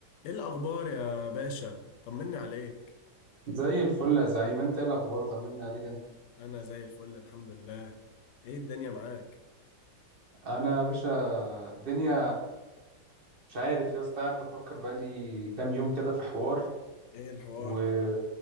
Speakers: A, on the left; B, on the right.
A: ايه الاخبار يا باشا طمني عليك
B: زي الفل يا زعيم انت ايه الاخبار طمني عليك انت
A: انا زي الفل الحمد لله ايه الدنيا معاك
B: انا يا باشا الدنيا مش عارف يا اسطى قاعد بفكر بقالي كام يوم كده في حوار
A: ايه الحوار
B: مم.